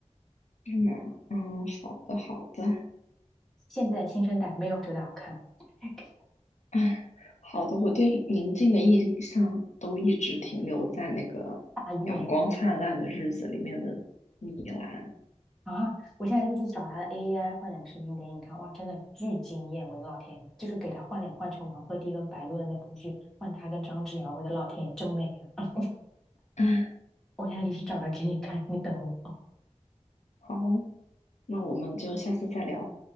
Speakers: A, on the left; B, in the centre.
A: 是吗？嗯，好的，好的，
B: 现在新生代没有觉得好看 <laughs>
A: 哎，好的，我对宁静的印象都一直停留在那个
B: 大意了
A: 《阳光灿烂的日子》里面的米兰。
B: 啊！我现在就去找她的 AI 换脸视频给你看，哇，真的巨惊艳！我的老天爷，就是给她换脸换成王鹤棣跟白鹿的那部剧，换她跟张智尧，我的老天爷，真美啊！
A: 哎，
B: 我现在就去找她给你看，你等我。
A: 好，那我们就下次再聊。